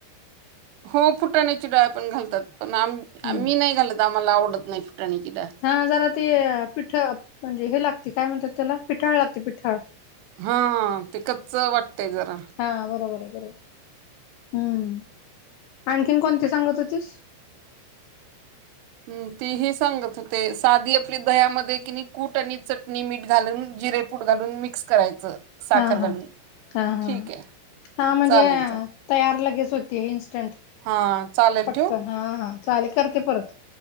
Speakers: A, on the right; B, on the left.
A: हो फुटाण्याची डाळ पण घालतात, पण आम,
B: हम्म.
A: मी नाही घालत, आम्हाला आवडत नाही फुटाण्याची डाळ.
B: हा, जरा ते पिठ म्हणजे हे लागते काय म्हणतात त्याला, पिठाळ लागते पिठाळ.
A: हा, ते कच्चं वाटतय जरा.
B: हा, बरोबर हाय बरोबर हाय, हम्म आणखीन कोणती सांगत होतीस?
A: ह् ती ही सांगत होते, साधी आपली दह्यामध्ये किनी कूट आणि चटणी मीठ घालून जिरे कूट घालून मिक्स करायचं. साखर
B: हा हा,
A: घालून
B: हा हा.
A: ठीक आहे
B: हा म्हणजे,
A: चालेल चालेल
B: तयार लगेच होती इन्स्टंट
A: हा चालेल
B: पटकन.
A: ठेवू.
B: हा, हा, चालेल करते परत.